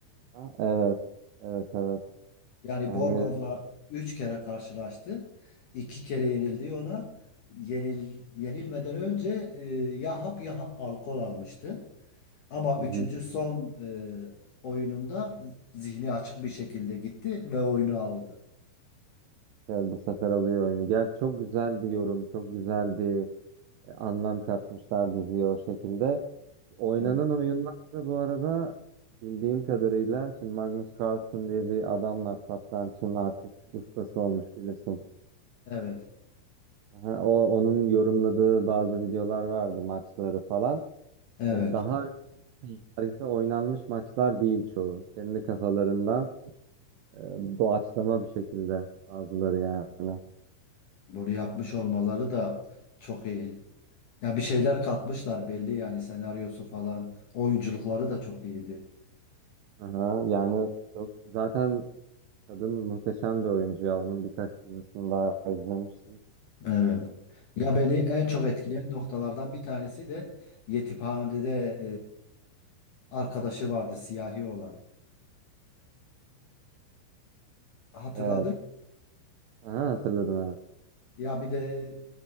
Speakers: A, on the right; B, on the left.
A: Ha, evet. Evet evet.
B: Yani
A: Yani
B: Borgov'la üç kere karşılaştı. iki kere yenildi ona. Yenil, yenilmeden önce e, ya hap ya ha- alkol almıştı. Ama
A: hı
B: üçüncü
A: hı.
B: son e, oyununda zihni açık bir şekilde gitti ve oyunu aldı.
A: Evet, bu sefer alıyor oyunu. Gel çok güzel bir yorum, çok güzel bir e, anlam katmışlar diziye o şekilde. Oynanan
B: Evet.
A: oyunlar da bu arada bildiğim kadarıyla şimdi Magnus Carlsen diye bir adam var satrançın artık ustası olmuş bilirsin.
B: Evet.
A: Aha, o onun yorumladığı bazı videolar vardı maçları falan.
B: Evet.
A: E, Daha tarihte oynanmış maçlar değil çoğu. Kendi kafalarından e, doğaçlama bir şekilde bazıları yani.
B: Bunu yapmış olmaları da çok iyi. Ya bir şeyler katmışlar belli yani senaryosu falan. Oyunculukları da çok iyiydi.
A: Aha, yani çok zaten kadın muhteşem bir oyuncu ya. Onun birkaç dizisini daha izlemiştim.
B: Evet. Ya beni en çok etkileyen noktalardan bir tanesi de yetimhanede e, arkadaşı vardı siyahi olan. Hatırladın
A: Evet. Aha, hatırladım evet.
B: Ya bir de